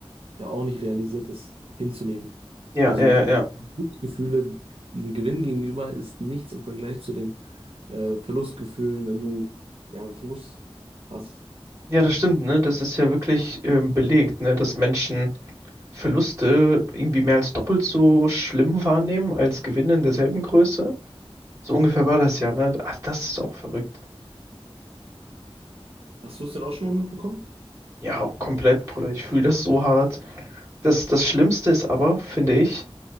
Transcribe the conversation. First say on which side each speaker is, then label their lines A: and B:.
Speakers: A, on the right (about 70°); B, on the right (about 30°).
A: ja auch nicht realisiert, das hinzunehmen.
B: Ja,
A: Also
B: ja, ja, ja.
A: Glücksgefühle, ein Gewinn gegenüber ist nichts im Vergleich zu den äh, Verlustgefühlen, wenn du ja einen Verlust hast.
B: Ja, das stimmt, ne? Das ist ja wirklich ähm, belegt, ne? Dass Menschen Verluste irgendwie mehr als doppelt so schlimm wahrnehmen als Gewinne in derselben Größe. So ungefähr war das ja, ne? Ach, das ist auch verrückt.
A: Hast du es denn auch schon mal mitbekommen?
B: Ja, komplett, Bruder. Ich fühle das so hart. Das, das Schlimmste ist aber, finde ich,